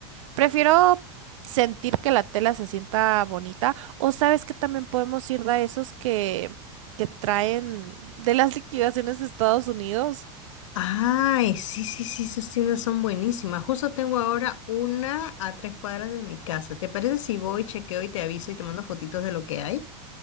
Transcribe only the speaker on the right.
prefiero sentir que la tela se sienta bonita o sabes que también podemos ir de esos que que traen de las liquidaciones de Estados Unidos.